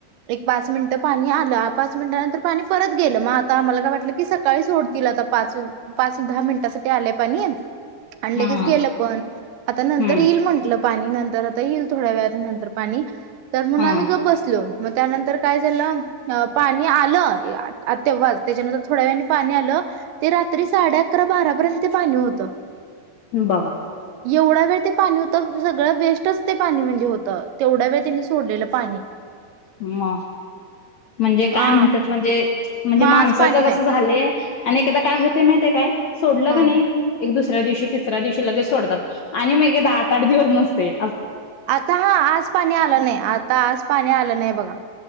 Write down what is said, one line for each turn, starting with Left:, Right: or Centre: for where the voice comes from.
Right: एक पाच मिनिट पाणी आलं पाच मिनिटानंतर पाणी परत गेलं मग आता आम्हाला काय वाटलं कि सकाळी सोडतील आता पाच पाच दहा मिनिटासाठी आलंय पाणी. आणि
Left: हा
Right: लगेच गेलं पण. आता नंतर
Left: हम्म
Right: येईल म्हंटलं. पाणी नंतर आता येईल थोड्या वेळात नंतर पाणी. तर म्हणून
Left: हा
Right: आम्ही गप बसलो. मग त्यानंतर काय झालं पाणी आलं तेव्हाच त्याच्यानंतर थोड्या वेळाने पाणी आलं ते रात्री साडे अकरा बारापर्यंत पाणी होत.
Left: बाघा
Right: एवढा वेळ ते पाणी होतं सगळं वेस्टच ते पाणी म्हणजे होतं तेवढ्या वेळ त्यांनी सोडलेलं पाणी
Left: म म्हणजे काय
Right: हा
Left: म्हणतात म्हणजे म्हणजे
Right: मग
Left: माणसाचं
Right: आज पाणी नाही
Left: कसं झालंय आणि एकदा काय होते माहितीय काय? सोडलं
Right: ह
Left: का नाही एक दुसर तिसऱ्या दिवशी तिसऱ्या दिवशी लगेच सोडतात आणि मगे दहा आठ आठ दिवस नसतंय,
Right: आता हा आज पाणी आलं नाही आता आज पाणी आलं नाही बघा